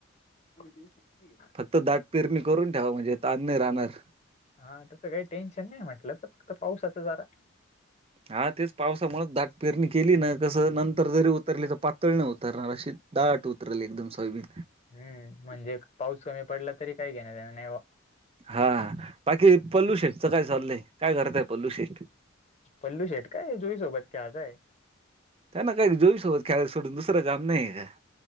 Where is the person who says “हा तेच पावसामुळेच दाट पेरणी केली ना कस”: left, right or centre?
Right